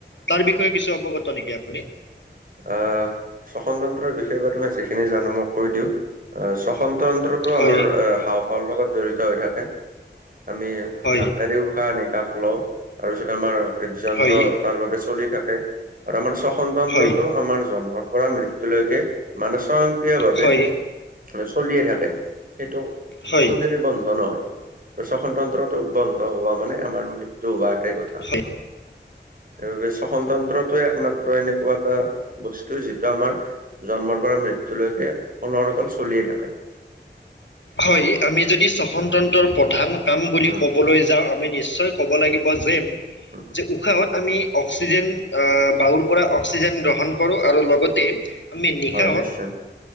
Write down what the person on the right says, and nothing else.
আঁ শ্বসনতন্ত্ৰৰ বিষয়ে মই তোমাক যিখিনি জানো মই কৈ দিওঁ আহ শ্বসনতন্ত্ৰ ৰ
আমাৰ হাওফাওৰ লগত জড়িত হৈ থাকে। আমি
নাকেৰে উশাহ নিকাহ লওঁ। তাৰপিছত আমাৰ হৃদযন্ত্ৰ
তাৰ বাবে চলি থাকে আৰু আমাৰ শ্বসন তন্ত্ৰটো
আমাৰ জন্মৰ পৰা মৃত্যুলৈকে মানস্বয়ক্ৰিয়ভাৱে
চলিয়ে থাকে সেইটো
কোনোদিনে বন্ধ নহয়। শ্বসনতন্ত্ৰটো বন্ধ হোৱা মানে আমাৰ মৃত্যু হোৱা একে কথা।
সেইবাবে শ্বসনতন্ত্ৰটোয়ে একমাত্ৰ এনেকুৱা এটা বস যিটো আমাৰ জন্মৰ পৰা মৃত্যু লৈকে অন্যৰকম চলিয়ে থাকে।
উম,
উম,
হয় নিশ্চয়